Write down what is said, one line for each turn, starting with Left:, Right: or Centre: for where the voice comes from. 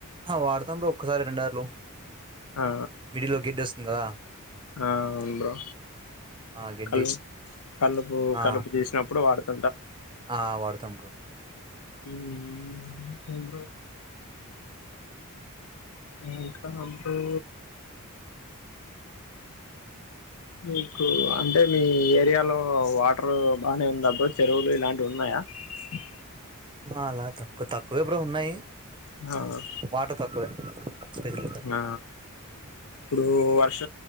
Right: వాడుతాం బ్రో ఒక్కసారి రెంర్లు
Left: ఆ
Right: మిడిల్ లో గేడ్డి వస్తుంది కదా
Left: ఆ అవును బ్రో
Right: ఆ గడ్డి
Left: క కలుపు
Right: ఆ
Left: కలుపు తీసినప్పుడు వాడత
Right: ఆ వాడుతాం బ్రో
Left: ఉ ఇంకేం బ్రో ఇంకా బ్రో మీకు అంటే మీ ఏరియాలో వాటర్ బానే ఉందబ్బో చెరువులు ఇలాంటివి ఉన్నాయా వ సే
Right: అలా తక్కువ తక్కువే ఎప్పుడు ఉన్నాయి
Left: ఆ
Right: వాటర్ తక్కువే స్పెషల్ తక్కువే
Left: ఆ ఇప్పుడు వర్ష